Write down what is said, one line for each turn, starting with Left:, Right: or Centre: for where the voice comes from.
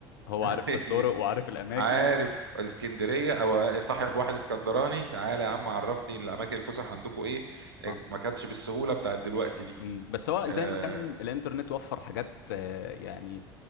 Left: هو
Right: <laughs>
Left: عارف الطرق وعارف الاماكن
Right: عارف الاسكندريه او صاحب واحد اسكندراني تعالى يا عم عرفني الاماكن الفسح عندكم ايه
Left: صح
Right: إيه، ما كانتش بالسهوله بتاعت دلوقتي دي
Left: امم بس هو
Right: اه,
Left: زي ما كان الانترنت وفر حاجات آه، يعني